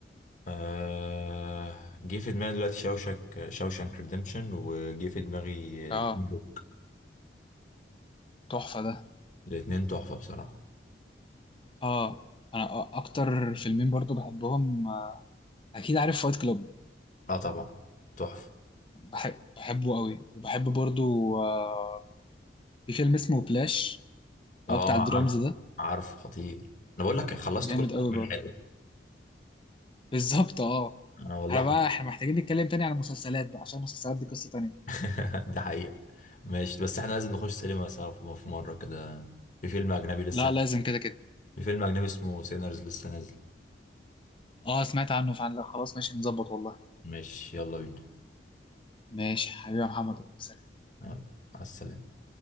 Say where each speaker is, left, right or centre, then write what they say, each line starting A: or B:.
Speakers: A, on the left; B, on the left.
A: آه... جه في دماغي دلوقتي شوشك شوشانك ريديمشن وجه في دماغي
B: اه
A: جون ويك.
B: تحفة ده
A: الاتنين تحفة بصراحة
B: اه انا أ- اكتر فيلمين برضه بحبهم آه، اكيد عارف فايت كلوب
A: اه طبعا تحفة
B: بحب بحبه قوي وبحب برضه آه في فيلم اسمه بلاش اللي
A: اه
B: هو بتاع الدرامز
A: عارف
B: ده
A: عارف خطير انا بقول لك خلصت
B: جامد
A: كل الافلام
B: قوي برضه
A: الحلوة
B: بالظبط اه
A: انا والله
B: احنا بقى احنا محتاجين نتكلم تاني عن المسلسلات بقى عشان المسلسلات دي قصة تانية
A: <laughs> ده حقيقة ماشي بس احنا لازم نخش سينما سوا في في مرة كده في فيلم أجنبي لسه
B: لا لازم كده كده
A: في فيلم أجنبي اسمه سينرز لسه نازل
B: اه سمعت عنه فعلا لا خلاص ماشي نظبط والله
A: ماشي يلا بينا
B: ماشي حبيبي يا محمد والله سلام.
A: يلا مع السلامة